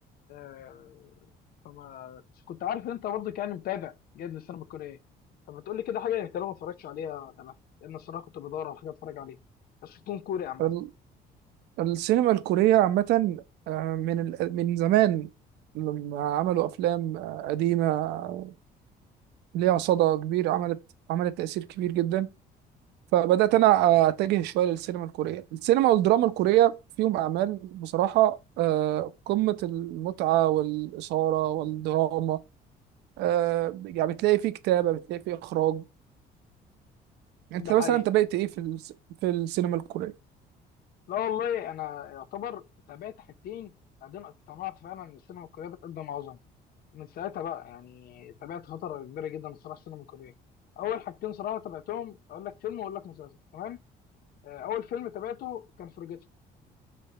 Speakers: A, on the left; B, on the right.
A: أه فما كنت عارف ان انت برضه كان متابع جيد للسينما الكوريه فما تقول لي كده حاجه انت لو ما اتفرجتش عليها تمام لان الصراحه كنت بدور على حاجه اتفرج عليها بس تكون كوري عامه
B: ال- السينما الكورية عامة آه، من ال- من زمان لما عملوا افلام آه، قديمة آه، ليها صدى كبير عملت عملت تأثير كبير جدا فبدأت انا آه، اتجه شوية للسينما الكورية السينما والدراما الكورية فيهم اعمال بصراحة آه، قمة المتعة والإثارة والدراما آه، يعني بتلاقي فيه كتابة بتلاقي فيه اخراج انت
A: ده حقيقي
B: مثلا انت بقيت ايه في الس- في السينما الكورية
A: لا والله انا يعتبر تابعت حاجتين بعدين اقتنعت فعلا ان السينما الكوريه بتقدم عظمه ومن ساعتها بقى يعني تابعت فتره كبيره جدا الصراحه السينما الكوريه اول حاجتين صراحه تابعتهم اقول لك فيلم واقول لك مسلسل تمام آه، اول فيلم تابعته كان فورجيتن